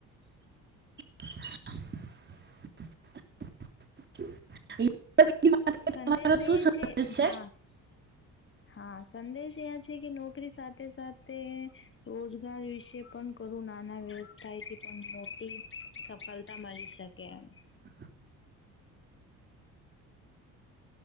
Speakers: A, on the right; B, on the left.
A: <unintelligible> <unintelligible> <unintelligible>
B: સંદેશ
A: તમારો શું
B: એ
A: સંદેશ
B: છે હા. હા સંદેશ એ છે કે નોકરી સાથે સાથે રોજગાર વિશે પણ કરું નાના વ્યવસ્થાયથી પણ મોટી સફલતા મલી શકે એમ.
A: <inaudible>